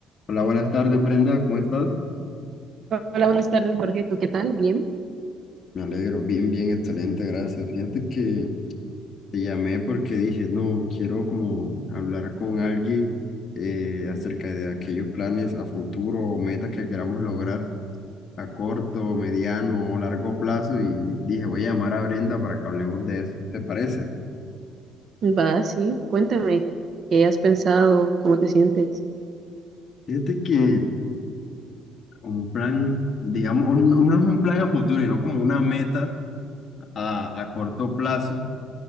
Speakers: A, on the left; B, on the right.
A: Hola, buenas tardes, Brenda, ¿cómo estás?
B: Hola, buenas tardes, Jorge. ¿Tú qué tal? Bien.
A: Me alegro, bien, bien, excelente, gracias. Fíjate que te llamé porque dije, no, quiero como hablar con alguien eh, acerca de aquellos planes a futuro o metas que queramos lograr a corto, mediano o largo plazo y dije, voy a llamar a Brenda para que hablemos de eso, ¿te parece?
B: Va, sí. Cuéntame, ¿qué has pensado? ¿Cómo te sientes?
A: Fíjate que un plan, digamos, un- no es un plan a futuro, sino como una meta a, a corto plazo